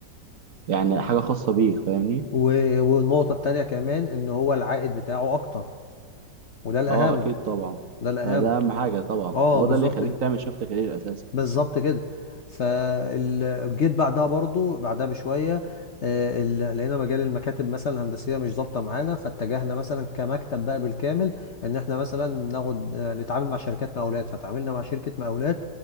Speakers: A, on the right; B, on the left.
A: يعني حاجة خاصة بيك فاهمني
B: و- والنقطه التانيه كمان ان هو العائد بتاعه اكتر وده الاهم
A: اه اكيد طبعا
B: ده الاهم
A: فده اهم حاجة طبعا
B: اه
A: هو
B: بالظبط
A: ده اللي يخليك تعمل شيفت كارير اساسا
B: بالظبط كده فجيت بعدها برضو بعدها بشويه آه، ال- لقينا مجال المكاتب مثلا الهندسيه مش ظابطه معانا فاتجهنا مثلا كمكتب بقى بالكامل ان احنا مثلا ناخد آه، نتعامل مع شركات مقاولات فتعاملنا مع شركه مقاولات